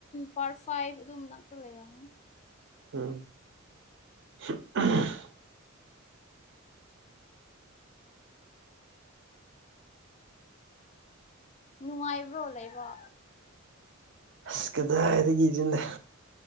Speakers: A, on the left; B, on the right.
A: ꯄꯥꯔꯠ ꯐꯥꯏꯚ ꯑꯗꯨꯝꯕꯅꯥꯛꯇ ꯂꯩꯔꯝꯅꯤ
B: ꯎꯝ <unintelligible> <inaudible>
A: ꯅꯨꯡꯉꯥꯏꯕ꯭ꯔꯣ ꯂꯩꯕ
B: ꯑꯁ ꯀꯗꯥꯏꯗꯒꯤꯁꯤꯗ